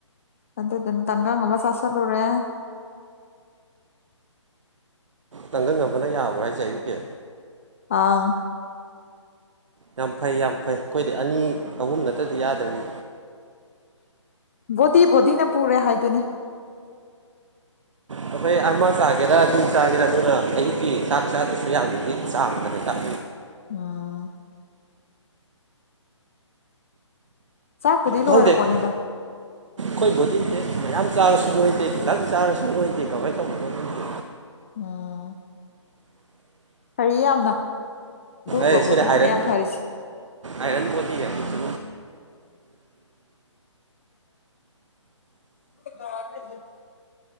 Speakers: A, on the left (about 25°); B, on the right (about 70°).
A: ꯑ ꯑꯗꯨ ꯇꯉꯥꯡ ꯉꯃ ꯆꯁ ꯂꯔꯦ
B: ꯇꯪꯒꯪ ꯑꯃꯕꯅ ꯌꯥꯕ꯭ꯔꯥ ꯍꯥꯏꯁꯦ ꯑꯌꯨꯛꯀꯤꯦ
A: ꯑꯥ
B: ꯌꯥꯝ ꯐꯩ ꯌꯥꯝ ꯐꯩ ꯑꯩꯈꯣꯏꯗꯤ ꯑꯅꯤ ꯑꯍꯨꯝ ꯅꯠꯇ꯭ꯔꯗꯤ ꯌꯥꯗꯔꯤ
A: ꯕꯣꯗꯤ ꯕꯣꯗꯤꯅ ꯄꯨꯔꯦ ꯍꯥꯏꯗꯨꯅꯤ
B: ꯑꯩꯈꯣꯏ ꯑꯃ ꯆꯥꯒꯦꯔꯥ ꯅꯅꯨꯡ ꯆꯥꯒꯦꯔꯥ ꯑꯗꯨꯅ ꯑꯌꯨꯛꯀꯤ ꯆꯥꯛ ꯆꯥꯗꯁꯨ ꯌꯥꯗꯣꯏꯗꯤ ꯆꯥꯗ꯭ꯔꯅꯦ ꯆꯥꯛ
A: ꯑꯥ ꯆꯥꯛꯄꯨꯗꯤ
B: ꯀꯪ
A: ꯂꯣꯏꯔꯄꯣꯠꯅꯤꯗ
B: ꯗꯦꯕ ꯀꯣꯏꯣꯗꯤ ꯃ ꯌꯥꯝ ꯆꯥꯔꯁꯨꯨꯡꯉꯣꯏꯗꯦ ꯈꯤꯇꯪ ꯆꯥꯔꯁꯨꯨꯡꯉꯣꯏꯗꯦ ꯀꯃꯥꯏꯅ ꯇꯧꯕꯅꯣꯗꯦ
A: ꯑꯥ ꯐꯩ ꯌꯥꯝꯅ ꯑꯗꯨꯒꯨꯝꯕ
B: ꯑꯩ
A: ꯄꯣꯠꯇꯤꯁꯤꯅ
B: ꯁꯤꯅ ꯑꯥꯏꯔꯟ
A: ꯌꯥꯝ ꯐꯔꯤꯁꯦ
B: ꯑꯥꯏꯔꯟ ꯕꯣꯗꯤ ꯍꯥꯏꯁꯤꯁꯨ
A: ꯊ <unintelligible>